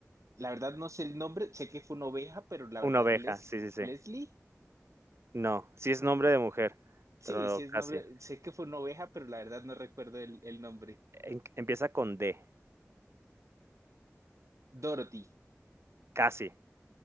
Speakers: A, on the right (about 70°); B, on the right (about 55°).
A: La verdad no sé el nombre, sé que fue una oveja, pero la verdad,
B: Una oveja,
A: ¿Les,
B: sí, sí, sí.
A: Leslie?
B: No, sí es nombre de mujer,
A: Sí,
B: pero
A: sí es
B: casi.
A: nombre, sé que fue una oveja, pero la verdad no recuerdo el, el nombre.
B: Em empieza con D,
A: Dorothy.
B: casi,